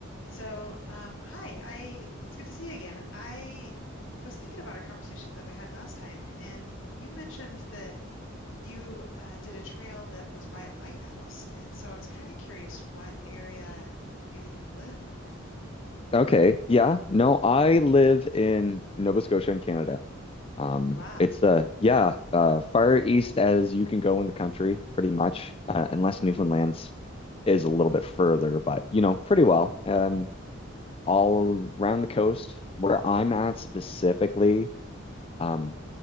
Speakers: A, on the left; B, on the left.
A: So, um, hi, I it's good to see you again. I was thinking about our conversation that we had last time, and you mentioned that you uh, did a trail that was by a lighthouse, and so I was kind of curious what area you live in.
B: Okay. Yeah. No, I live in Nova Scotia in Canada. Um,
A: Wow,
B: it's uh yeah, uh far east as you can go in the country, pretty much, uh, unless Newfoundland's is a little bit further, but you know, pretty well. Um, all around the coast where I'm at specifically, um,